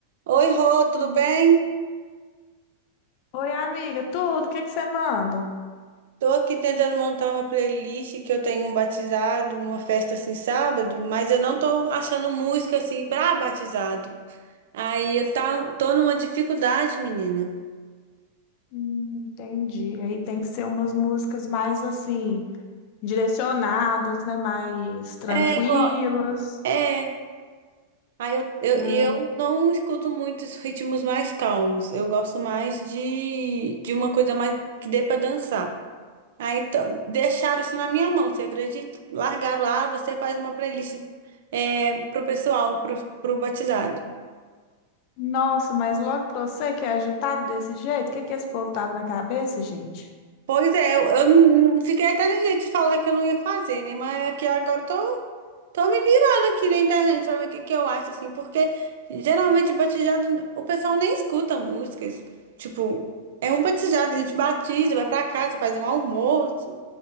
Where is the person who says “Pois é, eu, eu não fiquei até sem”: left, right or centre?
Right